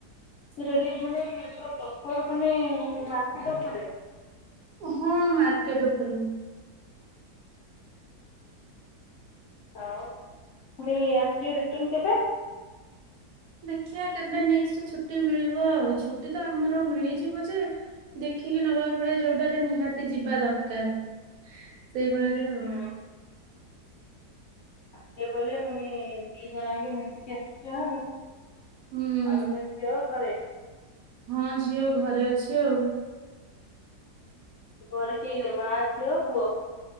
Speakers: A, on the left; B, on the right.
A: <unintelligible> ମାର୍କେଟ ଉପରେ।
B: ହଁ ମାର୍କେଟ ଉପରେ।
A: ପୁଣି ଆସିବ ରିଟର୍ନ କେବେ?
B: ଦେଖିଆ କେବେ ନେକ୍ସଟ୍ ଛୁଟି ମିଳିବ ଆଉ, ଛୁଟି ତ ଆମର ମିଳିଯିବ ଯେ ଦେଖିକି ନବାକୁ ପଡିବ ଯୋଉଟାରେ ନିହାତି ଯିବା ଦରକାର। ସେଇଭଳିରେ
A: ହୁଁ
B: ଆଉ
A: ସେ ବୋଇଲେ ପୁଣି ଦି ଜଣ ଆଗେ ମିଶିକି ଆସୁଛ ଆଉ।
B: ହୁଁ।
A: ଆଉ ତୋ ଝିଅ ଘରେ?
B: ହଁ ଝିଅ ଘରେ ଅଛି ଆଉ।
A: ଘରେ କିଏ ମା, ଝିଅ, ପୁଅ।